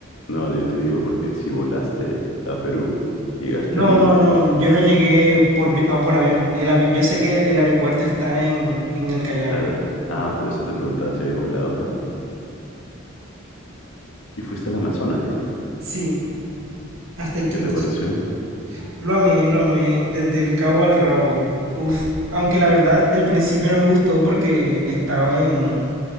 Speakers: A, on the left; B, on the right.
A: no, yo te digo porque si volaste a Perú, llegaste
B: No,
A: a Lima
B: no, no, yo no llegué por, vi- ah, por avión. El avi- yo sé que el, aeropuerto está en, en el Callao.
A: Claro. Ah, por eso te preguntaba si habías volado. <laughs> Y fuiste al Amazonas, dices.
B: Sí, hasta Iquitos.
A: ¿Qué te pareció?
B: Lo amé, lo amé, desde el cabo al rabo. Uf, aunque la verdad el principio no me gustó porque estaba en,